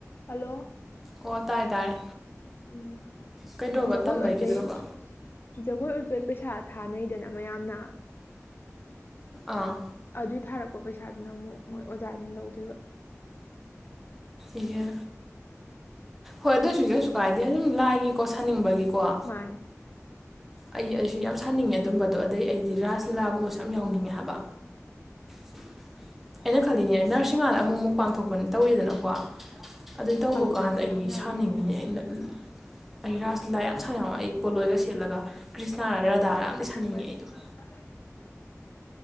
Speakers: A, on the left (about 45°); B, in the centre.
A: Hello.
B: ꯑꯣ ꯇꯥꯔꯦ ꯇꯥꯔꯦ꯫
A: ꯎꯝ
B: ꯀꯩꯗꯧꯔꯕ
A: ꯖꯒꫭꯏ
B: ꯇꯝꯕꯩꯒꯤꯗ꯭ꯔꯣꯕ
A: ꯎꯠꯄꯒꯤ ꯖꯒꯣꯏ ꯎꯠꯄꯒꯤ ꯄꯩꯁꯥ ꯊꯥꯅꯩꯗꯅ ꯃꯌꯥꯝꯅ
B: ꯑꯥ
A: ꯑꯗꯨꯏ ꯊꯥꯔꯛꯄ ꯄꯩꯁꯥꯗꯨꯅ ꯑꯃꯨꯛ ꯃꯣꯏ ꯑꯣꯖꯥꯗꯨꯅ ꯂꯧꯗꯣꯏꯕ
B: ꯏꯌꯦ ꯍꯣꯏ ꯑꯗꯨꯏꯁꯨ ꯀꯩꯁꯨ ꯀꯥꯏꯗꯦ ꯑꯗꯨꯝ ꯂꯥꯏꯒꯤꯀꯣ ꯁꯥꯅꯤꯡꯕꯒꯤꯀꯣ
A: ꯃꯥꯟꯅꯦ
B: ꯑꯩ ꯑꯩꯁꯨ ꯌꯥꯝ ꯁꯥꯅꯤꯡꯉꯦ ꯑꯗꯨꯝꯕꯗꯣ ꯑꯗꯩ ꯑꯩꯗꯤ ꯔꯥꯁ ꯂꯤꯂꯥꯒꯨꯝꯕꯁꯨ ꯌꯥꯝ ꯌꯥꯎꯅꯤꯡꯉꯦ ꯍꯥꯏꯕ <inaudible> ꯑꯩꯅ ꯈꯜꯂꯤꯅꯦ ꯅꯔꯁꯤꯡ ꯃꯥꯟꯂꯤꯅꯦ ꯑꯃꯨꯛ ꯑꯃꯨꯛ ꯃꯄꯥꯟ ꯊꯣꯛꯄꯅꯤ ꯇꯧꯋꯤꯗꯅꯀꯣ ꯑꯗꯨꯏ ꯇꯧꯕ
A: ꯑꯗꯨ
B: ꯀꯥꯟꯗ
A: ꯑꯩꯁꯨ
B: ꯑꯩ
A: ꯌꯥꯝ ꯌꯥꯎꯅꯤꯡꯉꯦ
B: ꯁꯥꯅꯤꯡꯉꯤꯅꯦ
A: ꯑꯗꯨꯏꯗꯣ
B: ꯑꯩꯅ ꯑꯩ ꯔꯥꯁ ꯂꯤꯂꯥ ꯌꯥꯝ ꯁꯥꯟꯅꯉꯦ ꯑꯩ ꯄꯣꯠꯂꯣꯏꯒ ꯁꯦꯠꯂꯒ ꯀ꯭ꯔꯤꯁꯅꯔ ꯔꯥꯙꯥꯔ ꯑꯃꯗꯤ
A: ꯑꯁꯦꯡꯕꯩ
B: ꯁꯥꯅꯤꯡꯉꯦ ꯑꯩꯗꯣ
A: <inaudible>